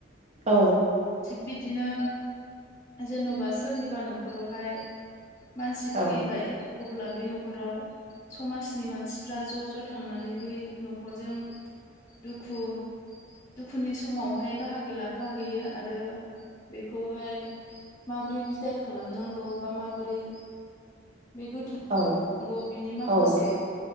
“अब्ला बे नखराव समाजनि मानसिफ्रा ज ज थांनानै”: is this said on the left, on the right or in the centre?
Left